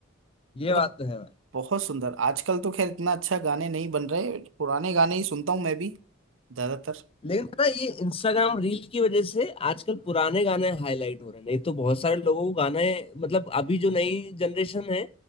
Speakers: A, on the left; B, on the right.
A: ये
B: मतलब
A: बात तो है
B: बहुत सुंदर आजकल तो खैर इतना अच्छा गाने नहीं बन रहे पुराने गाने ही सुनता हूँ मैं भी ज्यादातर
A: लेकिन ना ये इंस्टाग्राम रील की वजह से आजकल पुराने गाने हाईलाइट हो रहे हैं नहीं तो बहुत सारे लोगों को गाने मतलब अभी जो नई जनरेशन है